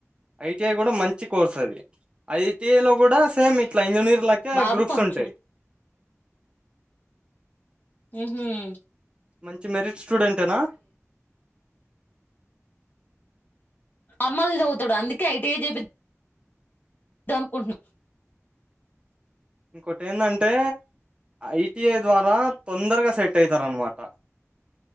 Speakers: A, on the right (about 20°); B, on the left (about 35°).
A: ఐటిఐ కూడా మంచి కోర్సు అది ఐటి లో కూడా సేమ్ ఇట్లా ఇంజనీర్. ఇంకా
B: బాబు
A: గ్రూప్స్
B: కొంచెం
A: ఉంటాయి.
B: ఉమ్మ్.
A: మంచి మెరిట్స్. స్టూడెంట్ ఏనా.
B: మామూలుగా చదువుతాడు అందుకే ఐటీఐ చెపిస్తు. అనుకుంటున్నాం.
A: ఇంకోటి ఏందంటే ఐటిఐ ద్వారా తొందరగా సెట్ అయితారనమాట.